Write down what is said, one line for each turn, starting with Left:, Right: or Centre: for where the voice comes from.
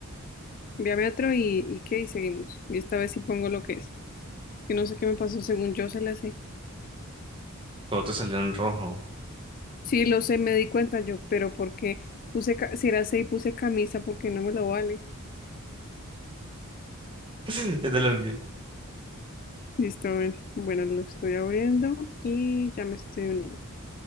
Left: Envíame otro y, y qué, y seguimos. Y esta vez sí pongo lo que es. Que no sé qué me pasó, según yo se le hace.
Right: todo te salió en rojo.
Left: Sí, lo sé, me di cuenta yo, pero porque puse, ca- si era 6, puse camisa porque no me lo vale.
Right: <laughs> Ya te lo envié.
Left: Listo, a ver. Bueno, lo estoy abriendo y ya me estoy uniendo